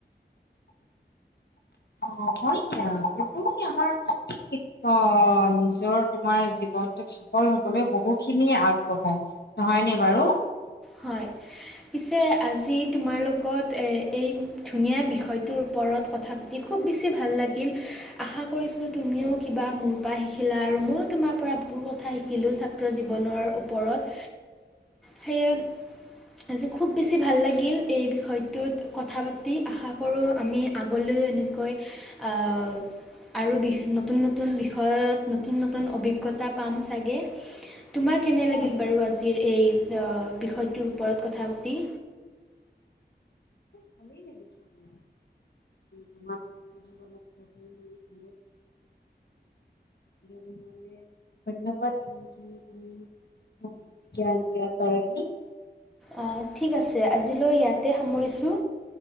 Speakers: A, on the left; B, in the centre.
A: অ', হয় দিয়া। এইবোৰে আমাৰ <unintelligible> অ', নিজৰ তোমাৰ জীৱনটোত সফল হবলৈ বহুখিনি আগবঢ়ায়। নহয়নে বাৰু?
B: হয়। পিছে আজি তোমাৰ লগত এ এই ধুনীয়া বিষয়টোৰ ওপৰত কথা পাতি তি খুব বেছি ভাল লাগিল। আশা কৰিছোঁ তুমিও কিবা মোৰ পৰা শিকিলা আৰু ময়ো তোমাৰ পৰা ব বহু কথা শিকিলোঁ ছাত্ৰ জীৱনৰ ওপৰত।
A: <inaudible>
B: সেয়ে আজি খুব বেছি ভাল লাগিল, এই বিষয়টোত কথা পাতি! আশা কৰোঁ আমি আগলৈও এনেকৈ আ আৰু বি-নতুন নতুন বিষয়ত নতুন নতুন অভিজ্ঞতা পাম চাগে। তোমাৰ কেনে
A: মোৰো
B: লাগিল বাৰু আজিৰ এই বিষয়টোৰ ওপৰত কথা পাতি?
A: ভালেই লাগিছে দিয়া। তোমাক <unintelligible> <unintelligible> ধন্যবাদ ইমানখিনি তুমি মোক জ্ঞান দিয়াৰ বাবে <unintelligible>
B: আ ঠিক আছে। আজিলৈ ইয়াতে সামৰিছোঁ।